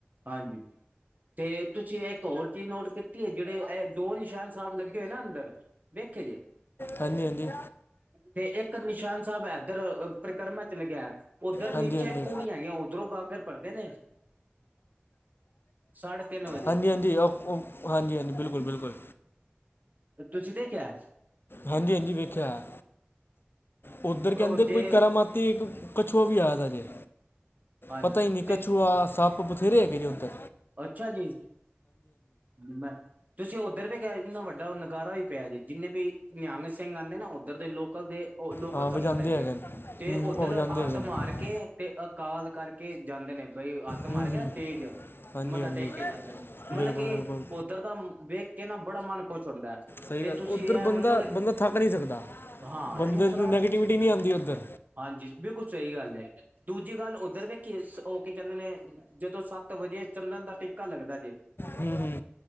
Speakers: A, on the right; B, on the left.
A: ਹਾਂਜੀ। ਤੇ ਤੁਸੀਂ ਇੱਕ ਹੋਰ ਚੀਜ਼ ਨੋਟ ਕੀਤੀ ਏ, ਜਿਹੜੇ ਇਹ ਦੋ ਨਿਸ਼ਾਨ ਸਾਹਿਬ ਲੱਗੇ ਗੇ ਨਾ, ਅੰਦਰ ਵੇਖੇ ਜੇ?
B: ਹਾਂਜੀ-ਹਾਂਜੀ।
A: ਤੇ, ਇੱਕ ਨਿਸ਼ਾਨ ਸਾਹਿਬ ਐਧਰ ਪਰਕਰਮਾ ਚਲਗਿਆ। ਉੱਧਰ
B: ਹਾਂਜੀ
A: ਨੀਚੇ
B: ਹਾਂਜੀ
A: ਪੋੜੀਆਂ ਹੈਗੀਆਂ, ਉੱਧਰੋਂ ਗਾਗਰ ਭਰਦੇ ਨੇ। ਸਾਢੇ ਤਿੰਨ ਵਜੇ
B: ਹਾਂਜੀ-ਹਾਂਜੀ, ਹਾਂਜੀ-ਹਾਂਜੀ, ਬਿਲਕੁਲ-ਬਿਲਕੁਲ।
A: ਤੁਸੀ ਦੇਖਿਆ?
B: ਹਾਂਜੀ ਹਾਂਜੀ ਵੇਖਿਆ ਉੱਧਰ ਕਹਿੰਦੇ
A: ਉਹ
B: ਕੋਈ
A: ਜੇ
B: ਕਰਾਮਾਤੀ ਇੱਕ ਕੱਛੂ ਵੀ ਆਇ ਤ ਜੇ
A: ਹਾਂਜੀ
B: ਪਤਾ ਹੀ ਨਹੀਂ
A: ਤੇ
B: ਕੱਛੂਆ ਸੱਪ ਬਥੇਰੇ ਹੈਗੇ ਜੇ ਉੱਧਰ
A: ਅੱਛਾ ਜੀ ਮੈਂ ਤੁਸੀਂ ਉੱਧਰ ਵੀ ਕਿਹਾ ਇਨਾ ਵੱਡਾ ਨਗਾਰਾ ਵੀ ਪਿਆ ਜੇ ਜਿੰਨੇ ਵੀ ਨਿਹੰਗ ਸਿੰਘ ਆਉਂਦੇ ਨਾ ਉੱਧਰ ਦੇ ਲੋਕਲ ਦੇ ਉਹ ਲੋਕਲ
B: ਹਾਂ ਵਜਾਉਂਦੇ
A: ਸੰਗਤ ਹੈਗੇ
B: ਨੇ।
A: ਤੇ
B: ਹੂੰ
A: ਉੱਧਰ
B: ਹੂੰ, ਉਹ ਵਜਾਉਂਦੇ
A: ਹੱਥ
B: ਹੈਗੇ ਨੇ।
A: ਮਾਰ ਕੇ ਤੇ ਅਕਾਲ ਕਰਕੇ ਜਾਂਦੇ ਨੇ ਬਈ ਹੱਥ
B: ਹੂੰ
A: ਮਾਰ ਕੇ
B: ਹੂੰ
A: ਨਾ ਤੇਜ
B: ਹਾਂਜੀ
A: ਮੱਥਾ
B: ਹਾਂਜੀ
A: ਟੇਕ ਕੇ ਜਾਂਦੇ ਨੇ ਮਤਲਬ
B: ਬਿਲਕੁਲ
A: ਕੀ
B: ਬਿਲਕੁਲ
A: ਉੱਧਰ ਤਾਂ ਵੇਖ ਕੇ ਨਾ ਬੜਾ ਮਨ ਖੁਸ਼ ਹੁੰਦਾ
B: ਸਹੀ
A: ਤੇ
B: ਗੱਲ
A: ਤੁਸੀਂ
B: ਉੱਧਰ
A: ਇਹ
B: ਬੰਦਾ
A: ਮੰਨੋਗੇ
B: ਬੰਦਾ ਥੱਕ ਨਹੀਂ ਸਕਦਾ
A: ਹਾਂ
B: ਬੰਦੇ
A: ਦੂਸਰਾ
B: ਨੂੰ ਨੈਗੇਟਿਵਿਟੀ
A: ਤੁਸ
B: ਨਹੀਂ ਆਉਂਦੀ ਉੱਧਰ
A: ਹਾਂਜੀ ਬਿਲਕੁਲ ਸਹੀ ਗੱਲ ਹੈ ਦੂਜੀ ਗੱਲ ਉੱਧਰ ਵੇਖੀ ਉਹ ਕੀ ਕਹਿੰਦੇ ਨੇ ਜਦੋਂ ਸੱਤ ਤ ਵਜੇ ਚੰਨਣ ਦਾ ਟੇਕਾ ਲੱਗਦਾ ਜੇ
B: ਹੂੰ ਹੂੰ